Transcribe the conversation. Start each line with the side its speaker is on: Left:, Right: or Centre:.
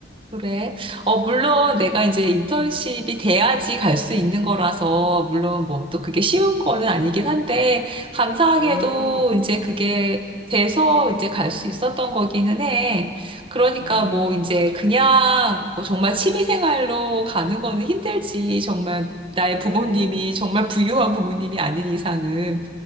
Right: 그래. 어, 물론
Left: 음,
Right: 내가 이제 인턴십이 돼야지 갈 수 있는 거라서, 물론 뭐 또 그게 쉬운 거는 아니긴 한데, 감사하게도
Left: 음,
Right: 이제 그게 돼서 이제 갈 수 있었던 거기는 해. 그러니까
Left: 음,
Right: 뭐 이제 그냥 뭐 정말 취미생활로 가는 거는 힘들지. 정말 나의
Left: 음,
Right: 부모님이 정말 부유한 부모님이 아닌 이상은.